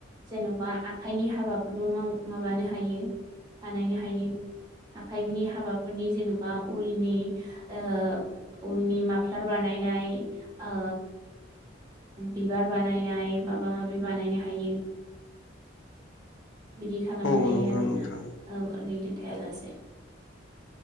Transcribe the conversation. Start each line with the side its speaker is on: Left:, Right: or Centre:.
Right: जेनबा आखाइनि हाबाफोरबो माबानो हायो बानायनो हायो आखाइनि हाबाफोरनि जेनबा उलनि ओ उलनि माफ्लार बानायनाय ओ बिबार बानायनाय माबा माबि बानायनो हायो। बिदि खालामनो
Left: औ
Right: हायो
Left: नंगौ
Right: आरोना
Left: नोंथां
Right: औ ओरैनो। थायालासे